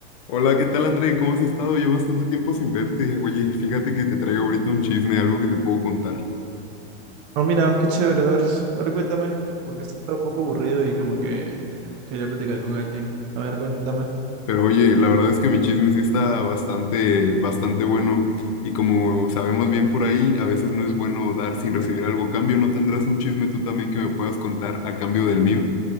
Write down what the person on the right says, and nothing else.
Ah, mira, qué chévere, a ver, a ver, cuéntame, porque estaba un poco aburrido y como que quería platicar con alguien. A ver, cuéntame.